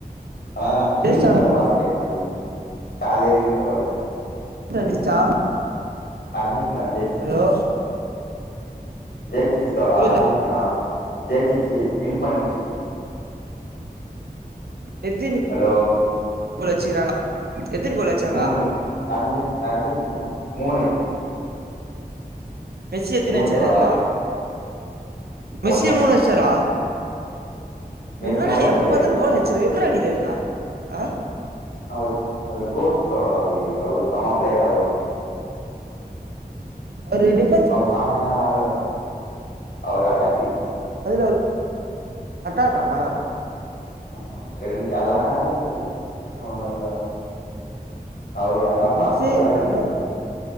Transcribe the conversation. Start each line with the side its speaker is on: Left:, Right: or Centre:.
Left: ஆனா நா
Right: ஜெயிச்சாங்க
Left: ரீல்ஸ்ல பாத்துட்டே கால்லியே கால்லே ரீல்ஸ்ல பாத்துட்டே
Right: ஜெயிச்சா
Left: அர்ஜென்டினா ஜெய்ச்சிச்சு
Right: ஹலோ
Left: ஜெய்சிச்சு தோழா
Right: புரியல
Left: அர்ஜென்டினா ஜெய்சிச்சி வின் பண்ணிச்சு
Right: எத்தினி
Left: ஹலோ
Right: கோல் வச்சிக்கிறாங்க எத்தினி கோல் வச்சாங்க
Left: மூணு அர்ஜென் அர்ஜென்டினா மூணு
Right: மெஸ்சியத்தனச்சாரு
Left: மூணு தோழா
Right: அதுல்ல மெஸ்சியே
Left: ஒண்ணு
Right: மூணு அச்சாரா இதென்னடாது
Left: மெஸ்ஸி ஒண்ணாச்சாரு
Right: எப்ப பாத்தாலு கோல் அச்சுறு எப்பிர்றா அடிக்கிராரு. அ அ
Left: அவுருக் அவுரு கோட்தோ அவரு அவுர் சம பிளேயர் வரு.
Right: அவுருடிப்
Left: அவுர் சமயா ஆடுவார். அவுர் அட்டாக்கு.
Right: அதுத அவு அட்டாக்கா அ
Left: ஆமா ரெண்டு எல்லாமே அது அவுர் வந்து அவுரு ஏங்க பாஸ்போட்டல்லா
Right: மெஸ்ஸி
Left: அடிப்பாரு.
Right: ரொனா